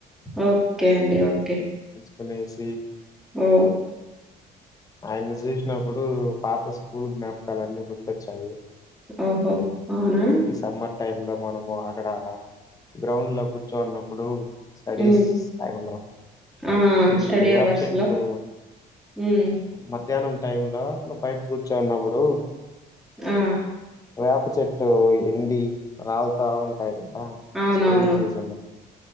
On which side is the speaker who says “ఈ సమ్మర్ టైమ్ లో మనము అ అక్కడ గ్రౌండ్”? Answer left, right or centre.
Left